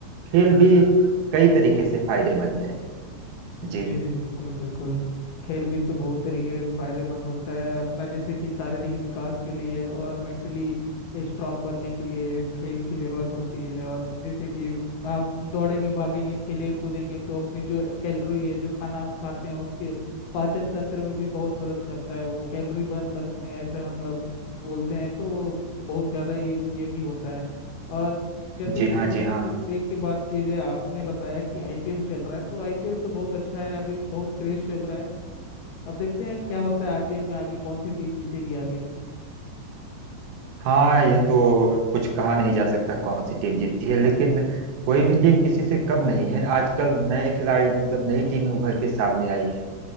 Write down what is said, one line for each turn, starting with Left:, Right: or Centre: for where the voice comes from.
Right: खेल भी कई तरीके से फायदेमंद है
Left: जी
Right: जी
Left: जी बिल्कुल बिल्कुल खेल भी तो बहुत तरीके से फायदेमंद होता है अपना जैसे कि शारीरिक विकास के लिए और मेंटली स्ट्रांग बनने के लिए खेल की जरूरत होती है और जैसे कि हम दौड़ेंगे भागेंगे खेलेंगे कूदेंगे तो अपनी जो कैलोरी है जो खाना हम खाते हैं उसके पाचन तंत्र में भी बहुत मदद करता है वो कैलोरी बर्न करते हैं ऐसा मतलब बोलते हैं तो वो बहुत ज़्यादा ही उपयोगी होता है और जैसे
Right: जी
Left: कि
Right: हाँ
Left: खेलने
Right: जी हाँ
Left: को देख के बात की जाए आपने बताया कि आईपीएल चल रहा है तो आईपीएल तो बहुत अच्छा है अभी बहुत क्रेज चल रहा है अब देखते हैं क्या होता है आईपीएल में आगे कौन सी टीम जीतेगी आगे
Right: हाँ यह तो कुछ कहा नहीं जा सकता कौन सी टीम जीतती है लेकिन कोई भी टीम किसी से कम नहीं है आजकल नए खिलाड़ी मतलब नई टीमें उभर के सामने आई हैं